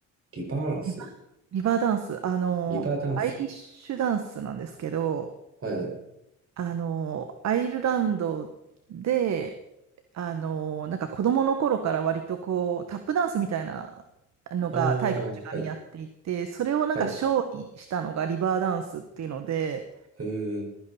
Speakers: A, on the right (about 45°); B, on the right (about 60°).
A: リバーンス、
B: リバ、リバーダンス、あの、
A: リバーダンス。
B: アイリッシュダンスなんですけど、
A: はい。
B: あの、アイルランドで、あの、なんか子供の頃から割とこう、タップダンスみたいなのが体育の時間にやっていて、
A: ああ、はい、
B: それをなんかショーにしたのがリバーダンスっていうので、
A: はい。へえ、